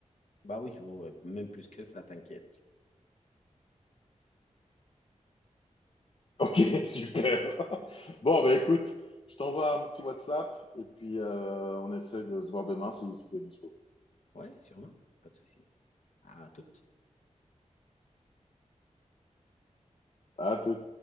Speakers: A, on the left; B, on the left.
A: Bah oui, je vaux, euh, même plus que ça, t'inquiète.
B: Ok, <laughs> super. Bon, bah écoute, je t'envoie un petit WhatsApp et puis euh, on essaie de se voir demain si, si t'es dispo.
A: Ouais, sûrement, pas de souci. À toute.
B: À tout.